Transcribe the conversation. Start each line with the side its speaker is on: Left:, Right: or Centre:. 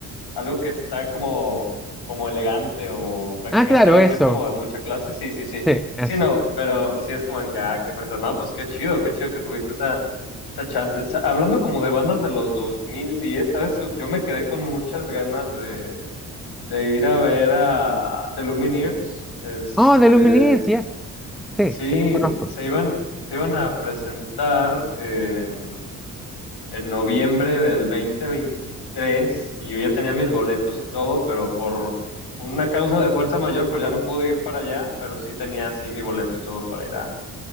Left: algo que está como, como elegante o prácticamente
Centre: Ah, claro,
Left: algo
Centre: eso.
Left: que es como de mucha clase, sí, sí, sí.
Centre: Sí, eso
Left: Sí, no,
Centre: es.
Left: pero sí es como de que, ah, qué fresa. No, pues qué chido, qué chido que tuviste esa, esa chance. O sea, hablando como de bandas de los 2010, ¿sabes? Yo me quedé con muchas ganas de de ir a ver a The Lumineers. Este,
Centre: Oh, de Luminis, ya. Sí,
Left: sí,
Centre: sí, los conozco.
Left: se iban, se iban a presentar en, en noviembre del 2023 y yo ya tenía mis boletos y todo, pero por una causa de fuerza mayor, pues ya no pude ir para allá, pero sí tenía así mi boleto y todo para ir a,